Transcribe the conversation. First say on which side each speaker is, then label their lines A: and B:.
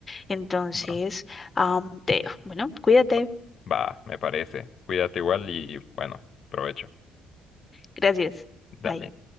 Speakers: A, on the left; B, on the left.
A: Entonces,
B: Va.
A: am, te dejo. Bueno, cuídate.
B: Va, va, me parece. Cuídate igual y bueno, provecho.
A: Gracias.
B: Dale.
A: Bye.